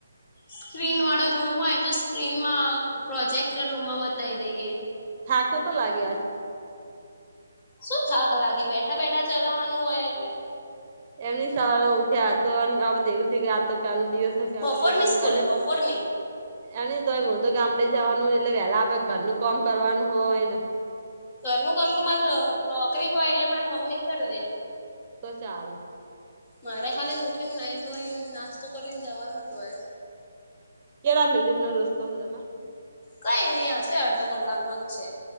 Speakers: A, on the left; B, on the right.
A: સ્ક્રીન વાળો રૂમ હોય તો સ્ક્રીનમાં પ્રોજેક્ટર રૂમમાં બતાવી દઈએ
B: થાક તો તો લાગ્યો આજ
A: શું થાક લાગે બેઠા બેઠા ચલાવવાનું હોય એટલે
B: એમની સવારે ઉઠ્યા તો <unintelligible> તો કાલદિવસે પેલા
A: બપોરની
B: દિવસ એમ
A: સ્કૂલે
B: કરી
A: બપોરની
B: એ મ તોય <unintelligible> આપડે તો ગામડે જવાનું એટલે વહેલા ઉઠીને આપે ને ઘર નું કામ કરવાનું હોય ને
A: ઘરનું કામ તો માર નોકરી હોય એટલે માર મમ્મી કરી દે
B: તો ચાલ
A: મારા ખાલી ઉઠે ને નાહી ધોઈ નાસ્તો કરીને જવાનું જ હોય
B: કેટલા મિનિટનો રસ્તો હતમા
A: કઈ ની હશે અડધો કલાક નો જ છે.